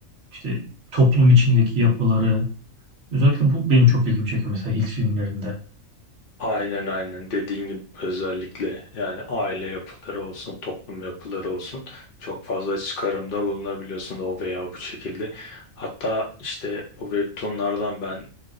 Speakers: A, on the right; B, on the left.
A: işte toplum içindeki yapıları. Özellikle bu benim çok ilgimi çekiyor mesela Hint filmlerinde.
B: Aynen aynen dediğin gibi özellikle yani aile yapıları olsun toplum yapıları olsun çok fazla çıkarımda bulunabiliyorsun o veya bu şekilde. Hatta işte bu webtoonlardan ben